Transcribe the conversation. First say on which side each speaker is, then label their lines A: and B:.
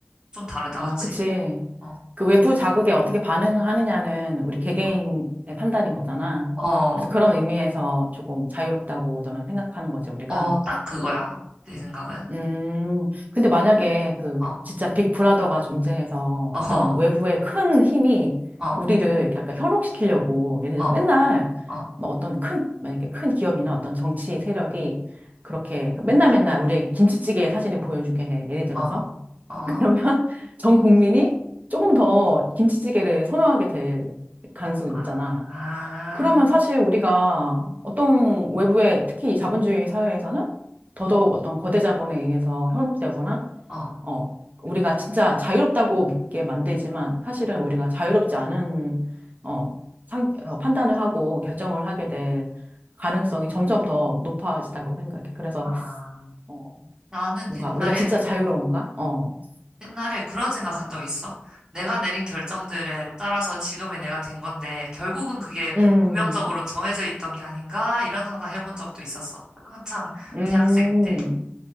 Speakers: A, on the right; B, on the right.
A: 좀 다르다,
B: 아,
A: 그치?
B: 그치.
A: 어,
B: 그 외부 자극에 어떻게 반응하느냐는 우리 개개인의
A: 어,
B: 판단인 거잖아.
A: 어,
B: 그래서 그런 의미에서 조금 자유롭다고 저는 생각하는 거지, 우리가.
A: 어, 딱 그거야. 내 생각은.
B: 음, 근데 만약에 그
A: 어,
B: 진짜 빅브라더가 존재해서
A: 어
B: 어떤
A: 어,
B: 외부의 큰 힘이
A: 어,
B: 우리를 이렇게 약간 현혹시키려고 예를
A: 어,
B: 들어서 맨날
A: 어,
B: 뭐 어떤 큰, 만약에 큰 기업이나 어떤 정치 세력이 그렇게 그 맨날 맨날 우리의 김치찌개 사진을 보여주게 해. 예를 들어서.
A: 어, 어,
B: 그러면 <laughs> 전 국민이 조금 더 김치찌개를 선호하게 될 가능성이 높잖아.
A: 아,
B: 그러면 사실 우리가 어떤 외부의 특히 이 자본주의 사회에서는 더더욱 어떤 거대 자본에 의해서 현혹되거나,
A: 어,
B: 어, 우리가 진짜 자유롭다고 믿게 만들지만 사실은
A: 응,
B: 우리가 자유롭지 않은, 어, 상, 어, 판단을 하고 결정을 하게 될 가능성이 점점 더 높아지다고 생각해. 그래서,
A: 아.
B: 어,
A: 나는
B: 뭔가
A: 옛날에,
B: 우리가 진짜 자유로운가? 어.
A: 옛날에 그런 생각한 적 있어. 내가 내린 결정들에 따라서 지금의 내가 된 건데, 결국은 그게
B: 음.
A: 운명적으로 정해져 있던 게 아닌가? 이런 상상 해본 적도 있었어. 한창
B: 음,
A: 대학생 때.